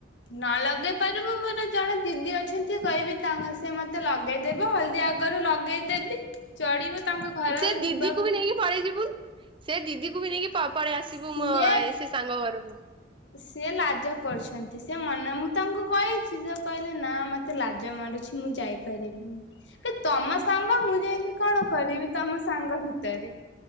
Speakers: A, on the left (about 85°); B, on the right (about 30°).
A: ନ ଲଗେଇ ପାରିବୁ ମୋର ଜଣେ ଦିଦି ଅଛନ୍ତି କହିବି ତାଙ୍କ ସେ ମତେ ଲଗେଇଦେବ ହଳଦୀ ଆଗରୁ ଲଗେଇଦେବି ଚଢିବ ତାଙ୍କ ଘର
B: ସେ ଦିଦିକୁ
A: ଯିବାକୁ
B: ବି ନେଇକି ପଳେଇ ଯିବୁ ସେ ଦିଦିକୁ ବି ନେଇକି ପପ ପଳେଇ ଆସିବୁ
A: ସିଏ
B: ମୋ ସେ ସାଙ୍ଗ ଘରକୁ।
A: ସେ ଲାଜ କରୁଛନ୍ତି। ସେ ମନ ମୁଁ ତାଙ୍କୁ କହିଛି ସେ କହିଲେ ନା ମତେ ଲାଜ ମାରୁଛି ମୁଁ ଯାଇପାରିବିନି ତମ ସାଙ୍ଗ ମୁଁ ଯାଇକି କଣ କରିବି ତମ ସାଙ୍ଗ ଭିତରେ